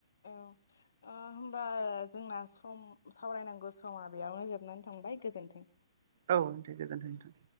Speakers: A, on the left; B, on the right.
A: औ ओ होमबा जोंना सम सावरायनांगौ समा बेयावनो जोबनानै थांबाय गोजोन्थों
B: औ नोंथां गोजोन्थों नोंथां